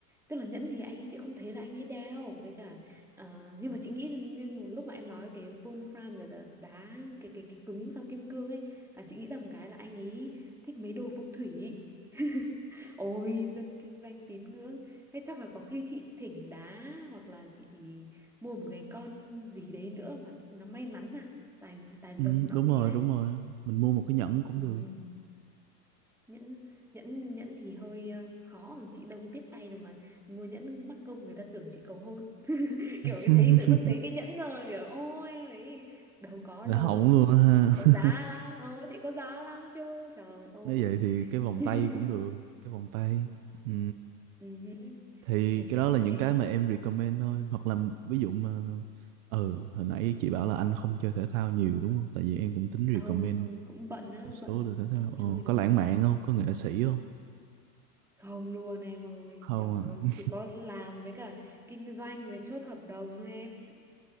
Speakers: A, in the centre; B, on the right (about 55°).
A: Tức là nhẫn thì anh ấy chị không thấy là anh ấy đeo với cả ờ, nhưng mà chị nghĩ nhưng lúc mà em nói cái Wolfram rồi là đá cái cái cái cứng sau kim cương ấy là chị nghĩ là một cái là anh ấy thích mấy đồ phong thủy. <laughs> Ôi dân kinh doanh tín ngưỡng Thế chắc là có khi chị thỉnh đá Hoặc là chị mua một cái con gì đấy nữa Mà nó may mắn à Tài tài lộc
B: Ừ,
A: nọ
B: đúng
A: kia
B: rồi,
A: ấy
B: đúng rồi. Mình mua một cái nhẫn cũng
A: ừ
B: được.
A: nhẫn nhẫn nhẫn thì hơi ờ, khó mà chị đâu có biết tay đâu mà mua nhẫn mắc công người ta tưởng chị cầu hôn <laughs>
B: <laughs>
A: kiểu cái thấy tự dưng thấy cái nhẫn rồi kiểu ô em ấy đâu có
B: Là
A: đâu
B: hỏng luôn
A: chị
B: á ha.
A: chị có giá lắm ô chị có giá lắm chứ trời ơi
B: Nếu vậy thì cái
A: <laughs>
B: vòng tay cũng được. Cái vòng tay. Ừ.
A: Ừhứ.
B: Thì
A: để
B: cái
A: xem
B: đó là những
A: cái
B: cái mà em recommend thôi. Hoặc là ví dụ mà... Ừ, hồi nãy chị bảo là anh không chơi thể thao nhiều đúng không? Tại vì em cũng tính
A: ừ
B: recommend
A: không cũng bận á
B: một số
A: bận
B: đồ thể thao.
A: không
B: Ờ,
A: chơi được
B: có lãng mạn không? Có nghệ sĩ
A: Ừ.
B: không?
A: không luôn em ơi
B: Không
A: trời
B: à.
A: ơi chỉ có làm với cả kinh doanh với chốt hợp đồng thôi em